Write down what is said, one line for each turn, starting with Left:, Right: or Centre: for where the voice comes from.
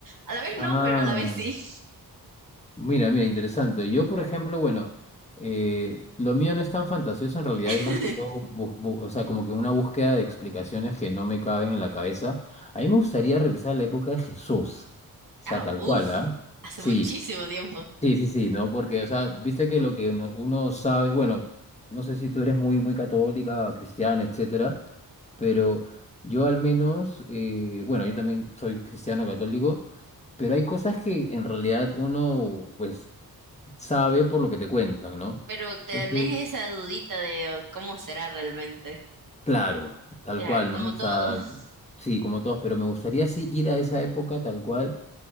Right: A la vez
Left: Ah.
Right: no, pero a la vez sí.
Left: Mira, mira, interesante. Yo, por ejemplo, bueno, eh, lo mío no es tan fantasioso, en realidad
Right: <laughs>
Left: es más que todo, bu- bu- o sea, como que una búsqueda de explicaciones que no me caben en la cabeza. A mí me gustaría regresar a la época de Jesús, o sea,
Right: Ah,
Left: tal
Right: uff,
Left: cual, ¿ah?
Right: hace
Left: Sí,
Right: muchísimo tiempo.
Left: sí, sí, sí, ¿no? Porque, o sea, viste que lo que uno, uno sabe, bueno, no sé si tú eres muy, muy católica, cristiana, etcétera, pero yo al menos, eh, bueno, yo también soy cristiano católico. Pero hay cosas que en realidad uno, pues, sabe por lo que te cuentan, ¿no?
Right: Pero tenés
Left: Entonces,
Right: esa dudita de oh, cómo será realmente.
Left: claro, tal
Right: Claro,
Left: cual,
Right: como
Left: ¿no? O
Right: todo,
Left: sea,
Right: <laughs>
Left: sí, como todos, pero me gustaría sí ir a esa época tal cual